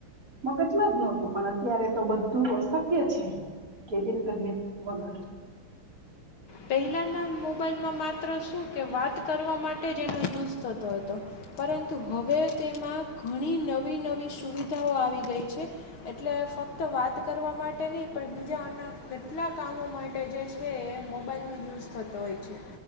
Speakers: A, on the right (about 40°); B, on the left (about 80°).
A: મગજમાં જ નહતું પણ અત્યારે તો બધું અશક્ય છે કે ઇન્ટરનેટ વગર.
B: પહેલાંના મોબાઈલમાં માત્ર શું કે વાત કરવા માટે જ એનો યુઝ થતો હતો પરંતુ હવે તેમાં ઘણી નવી નવી સુવિધાઓ આવી ગઈ છે એટલે ફક્ત વાત કરવા માટે નહીં પણ બીજાના કેટલા કામો માટે જે છે એ મોબાઈલનો યુઝ થતો હોય છે